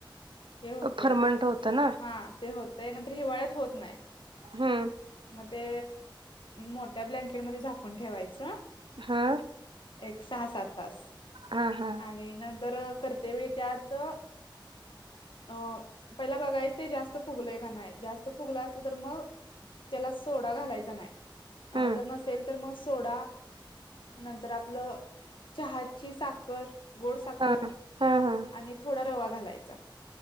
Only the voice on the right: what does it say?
फर्मंट होत ना
हम्म.
हा.
हा हा
हम्म
हा हा हा